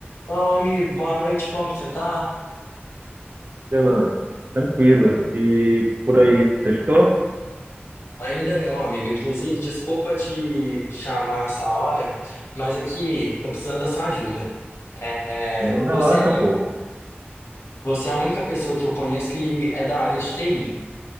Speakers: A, on the left (about 80°); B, on the right (about 50°).
A: Fala, amigo, boa noite, como que você tá?
B: Renan, tranquilo. E por aí, sextou?
A: Ainda não, amigo. Inclusive, desculpa te chamar essa hora, mas aqui tô precisando da sua ajuda. É,
B: Não
A: você
B: relaxa,
A: é a uni-
B: pô.
A: você é a única pessoa que eu conheço que é da área de TI.